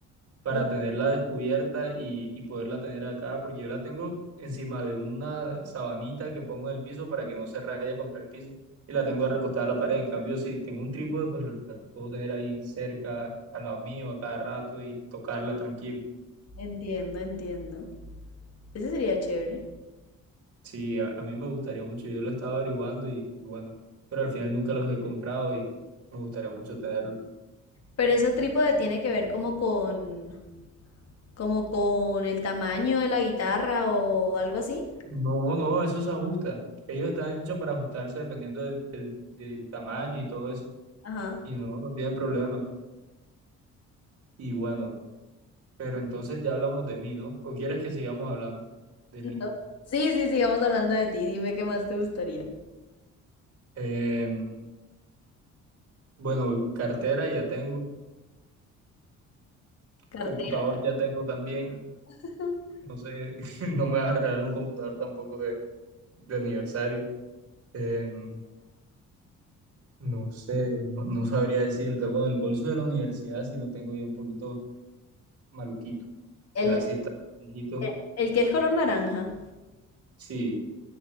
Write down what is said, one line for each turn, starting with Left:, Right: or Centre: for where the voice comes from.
Right: para
Left: Mm.
Right: tenerla descubierta y, y poderla tener acá, porque yo la tengo encima de una sabanita que pongo en el piso para que no se raye contra el piso y la tengo recostada a la pared. En cambio, si tengo un trípode, pues la puedo tener ahí cerca, al lado mío, a cada rato y tocarla tranquilo.
Left: Entiendo, entiendo. Ese sería chévere.
Right: Sí, a, a mí me gustaría mucho, yo lo estaba averiguando y, y bueno, pero al final nunca los he comprado y me gustaría mucho tenerlos.
Left: Pero ese trípode tiene que ver como con, como con el tamaño de la guitarra o algo así.
Right: No, no, eso se ajusta. Ellos están hechos para ajustarse dependiendo del, del- del tamaño y todo eso.
Left: Ajá.
Right: Y no, no tiene problema. Y bueno, pero entonces ya hablamos de mí, ¿no? ¿O quieres que sigamos hablando de mí?
Left: No. Sí, sí, sigamos hablando de ti. Dime qué más te gustaría.
Right: Em, bueno, cartera ya tengo,
Left: Cartera.
Right: computador ya tengo también.
Left: <laughs>
Right: No sé, <laughs> no me vas a regalar un computador tampoco de, de aniversario. Em, No sé, no, no sabría decirte. Bueno, el bolso de la universidad sí lo tengo yo un poquito maluquito. Ya
Left: El,
Right: sí está viejito.
Left: el, el que es color naranja.
Right: Sí,